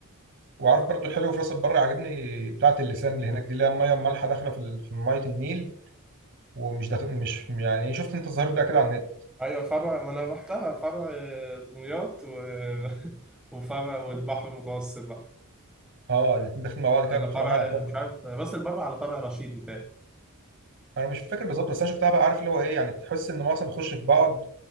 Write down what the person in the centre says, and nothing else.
ايوه فرع ما انا رحتها فرع آه، دمياط و... <laughs> وفرع والبحر المتوسط بقى
ولا
فرع
مش عارف راس البر على فرع رشيد متهيألي